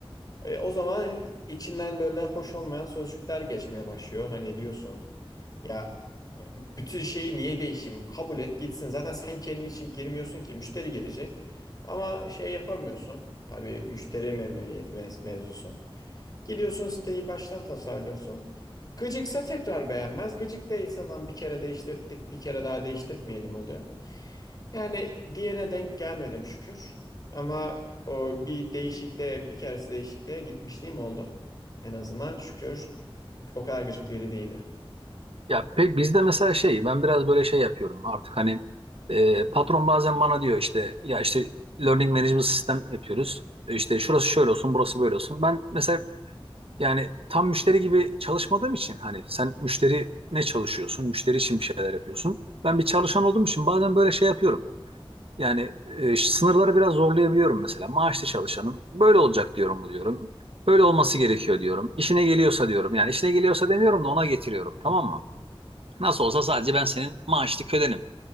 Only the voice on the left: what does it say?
E, o zaman içinden böyle hoş olmayan sözcükler geçmeye başlıyor. Hani diyorsun ya bütün şeyi niye değişeyim? Kabul et gitsin. Zaten sen kendin için girmiyorsun ki. Müşteri girecek. Ama şey yapamıyorsun. Tabii müşteri memnuniyeti mevz- mevzusu. Gidiyorsun siteyi baştan tasarlıyorsun. Gıcıksa tekrar beğenmez. Gıcık değilse lan bir kere değiştirdik bir kere daha değiştirtmeyelim oluyor. Yani diğerine denk gelmedim şükür. Ama o bir değişikliğe bir keresi değişikliğe gitmişliğim oldu. En azından şükür o kadar gıcık biri değildi.
<laughs>